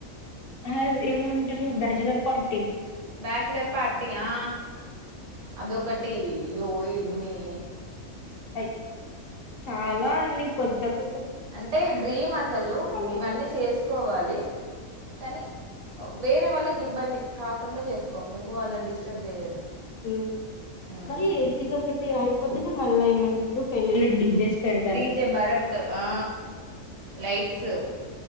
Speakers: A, on the left (about 60°); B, on the right (about 65°).
A: అ ఏమంటరు బ్యాజలర్ పార్టీ
B: బచలర్ పార్టీ ఆ అదొకటి యో ఇన్ని
A: అయి చాలా అన్ని కొద్ది తకు
B: అంటే డ్రీమ్ అసలు
A: అవుతారు
B: ఇవన్నీ చేసుకోవాలి కానీ వేరే వాళ్ళకి ఇబ్బంది. కాకుండా చేసుకోవాలి ఇంకో వాళ్ళని డిస్టర్బ్ చేయొద్దు.
A: మ్
B: ఉమ్.
A: మరి ఇదొక్కటి ఆయి పొద్దున మళ్ళఏమంటారు పెళ్లి డీజెస్ పెడతారు
B: డిజె భరత్ ఆ లైట్ స్